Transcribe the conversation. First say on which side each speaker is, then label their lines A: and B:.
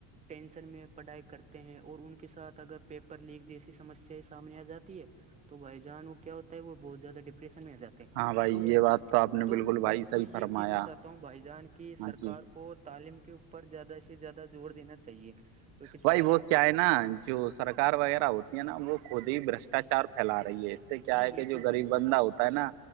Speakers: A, on the right; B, on the right.
A: ٹینشن میں پڑھائی کرتے ہیں اور ان کے ساتھ اگر پیپر لیک جیسی سمسیا سامنے آ جاتی ہے تو بائی جان وہ کیا ہوتا ہے وہ بہت زیاد ڈپریشن میں آ جا ہے
B: ہاں بھائی
A: تو وسے
B: یہ بات آپ نے
A: تو
B: بالکل بھائی
A: میں
B: صحیح
A: تو یہ
B: فرمایا
A: کہنا چاہتا ہوں بھائی جان کی
B: ہاں
A: سرکار
B: جی
A: کو تعلیم کے اوپر زیادہ سے زیادہ زور دینا چاہیے کیونکہ
B: بھائی
A: تعلیم
B: وہ کیا ہے نا جو سرکار وغیرہ ہوتی ہے نا وہ خود ہی برشٹاچار پھیلا رہی ہے اس اس سے کیا
A: جی
B: ہے
A: بالکل
B: کہ جو غریب
A: بھائی جان
B: بندہ ہوتا ہے نا